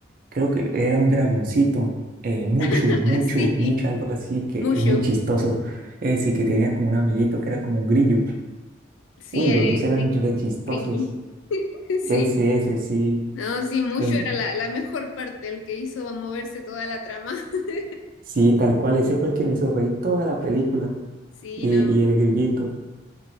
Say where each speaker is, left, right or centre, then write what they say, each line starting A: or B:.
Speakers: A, on the right (about 45°); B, on the left (about 90°).
A: creo que era un dragoncito, eh, mucho,
B: <laughs>
A: mucho,
B: Sí,
A: mucho, algo así, que
B: Mushu,
A: es muy chistoso. Ese que tenía como un amiguito que era como un grillo.
B: sí,
A: Uy,
B: es
A: los dos eran
B: cri-
A: re chistosos.
B: Criqui, <laughs> sí.
A: Ese, ese, sí.
B: No, sí, mucho
A: son-
B: era la, la mejor parte, el que hizo va a moverse toda la trama. <laughs>
A: Sí, tal cual, ese fue el que me hizo reír toda la película.
B: Sí,
A: Y,
B: no,
A: y el grillito.